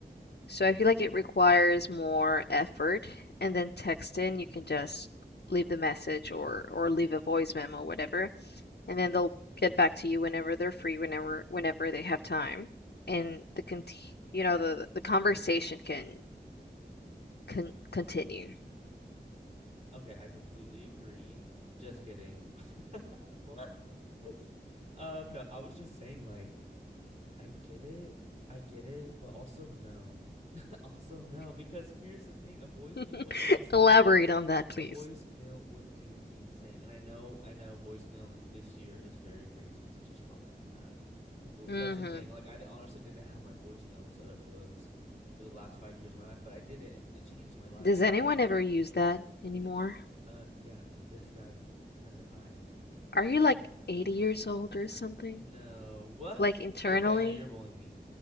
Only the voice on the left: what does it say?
So I feel like it requires more effort. And then texting, you can just leave the message or or leave a voice memo, whatever, and then they'll get back to you whenever they're free, whenever whenever they have time. And the con you know the the conversation can con continue.
<laughs>
Elaborate on that, please.
hmm
Does
anyone ever use that anymore?
Are you like 80 years old or something?
Like internally?